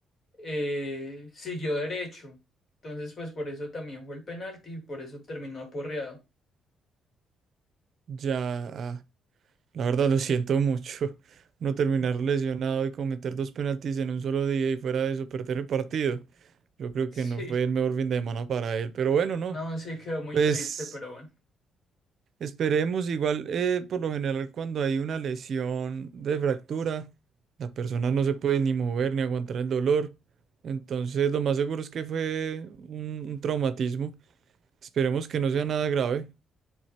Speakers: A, on the left (about 45°); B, on the right (about 60°).
A: eh, siguió derecho. Entonces, pues por eso también fue el penalti y por eso terminó aporreado.
B: Ya, ah, la verdad lo siento mucho. <laughs> No terminar
A: <laughs>
B: lesionado y cometer dos penaltis en un solo día y fuera de eso perder el partido. Yo creo
A: Sí.
B: que no fue el mejor fin de semana para él, pero bueno, no.
A: No, sí quedó muy
B: Pues
A: triste, pero bueno.
B: Esperemos, igual, eh, por lo general, cuando hay una lesión de fractura, la persona no se puede ni mover ni aguantar el dolor. Entonces, lo más seguro es que fue un, un traumatismo. Esperemos que no sea nada grave.